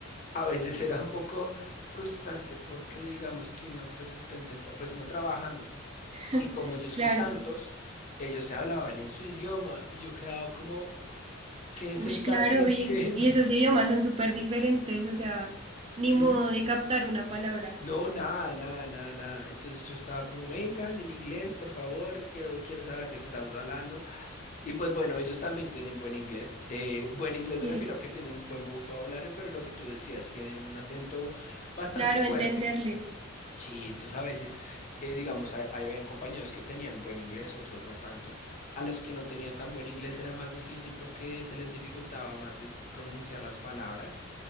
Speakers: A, on the left; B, on the right.
A: a veces era un poco frustrante porque digamos que uno pues está intentando, pues uno trabajando
B: <laughs>
A: y como ellos
B: claro.
A: son tantos, ellos se hablaban en su idioma y yo quedaba como, ¿qué
B: Uy,
A: se están
B: claro,
A: diciendo?
B: y, y esos idiomas son súper diferentes, o sea,
A: <laughs>
B: ni
A: ¿Sí?
B: modo de captar una palabra.
A: No, nada, nada, nada, nada. Entonces yo estaba como, vengan en inglés, por favor, quiero, quiero saber de qué estamos hablando. Y pues bueno, ellos también tienen buen inglés. Eh, buen inglés
B: Sí,
A: me refiero a que tienen buen vocabulario, pero lo que tú decías, tienen un acento bastante
B: claro,
A: fuerte.
B: entenderles.
A: Sí, entonces a veces, eh, digamos, hay, hay- habían compañeros que tenían buen inglés, otros no tanto. A los que no tenían tan buen inglés era más difícil porque se les dificultaba más de pronunciar las palabras.